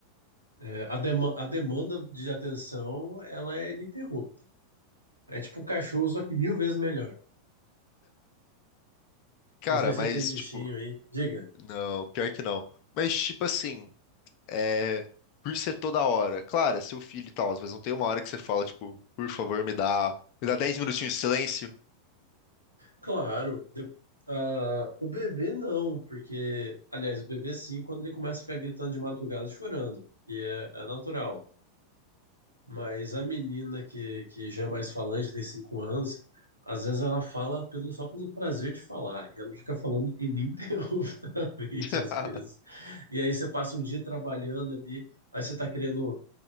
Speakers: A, on the right; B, on the left.
A: É, a, dema- a demanda de atenção, ela é ininterrupta. É tipo um cachorro, só que mil vezes melhor.
B: Cara,
A: Não sei se
B: mas,
A: você tem bichinho
B: tipo,
A: aí. Diga.
B: não, pior que não. Mas, tipo assim, é, por ser toda hora, claro, é seu filho e tal, mas não tem uma hora que você fala, tipo, por favor, me dá, me dá dez minutinhos de silêncio.
A: Claro. de- ah, o bebê não, porque... Aliás, o bebê sim, quando ele começa a ficar gritando de madrugada, chorando. Que é, é natural. Mas a menina que, que já é mais falante, tem cinco anos, às vezes ela fala pelo, só pelo prazer de falar. E ela fica falando ininterruptamente,
B: <laughs>
A: <laughs> às vezes. E aí você passa um dia trabalhando ali, aí você tá querendo.